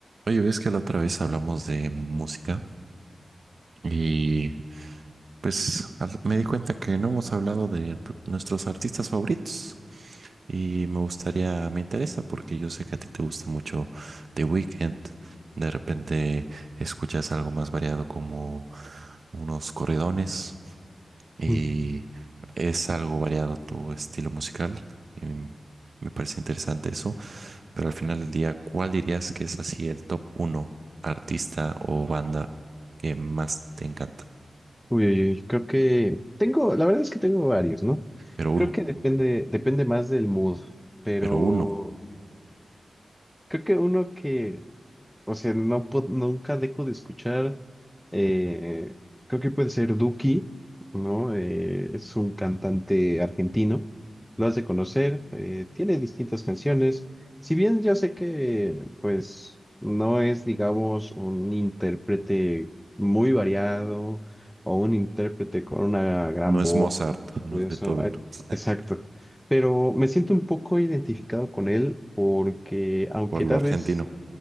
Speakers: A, on the right; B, in the centre.
A: Oye, ves que la otra vez hablamos de música y pues al- me di cuenta que no hemos hablado de p- nuestros artistas favoritos y me gustaría, me interesa porque yo sé que a ti te gusta mucho The Weeknd. De repente escuchas algo más variado como unos corridones y
B: Mm,
A: es algo variado tu estilo musical y me parece interesante eso. Pero al final del día, ¿cuál dirías que es así el top uno artista o banda que más te encanta?
B: Uy, uy, uy, creo que tengo, la verdad es que tengo varios, ¿no?
A: Pero uno,
B: Creo que depende, depende más del mood, pero
A: pero uno.
B: creo que uno que O sea, no, pu- nunca dejo de escuchar, eh, creo que puede ser Duki, ¿no? Eh, es un cantante argentino, lo has de conocer, eh, tiene distintas canciones. Si bien yo sé que, pues, no es, digamos, un intérprete muy variado o un intérprete con una gran
A: No es
B: voz,
A: Mozart, no
B: eso,
A: es Beethoven,
B: ah,
A: <laughs>
B: exacto. Pero me siento un poco identificado con él porque, aunque
A: por lo
B: tal
A: argentino.
B: vez...